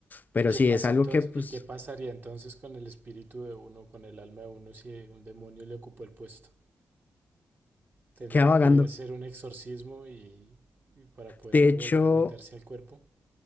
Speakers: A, on the left (about 35°); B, on the right (about 40°).
A: pero
B: ¿Y qué
A: sí,
B: pasa
A: es algo
B: entonces,
A: que pues
B: y qué pasaría entonces con el espíritu de uno, con el alma de uno si un demonio le ocupó el puesto? Tendrían
A: queda vagando.
B: que hacer un exorcismo y, y para poder
A: De
B: uno
A: hecho,
B: volver a meterse al cuerpo.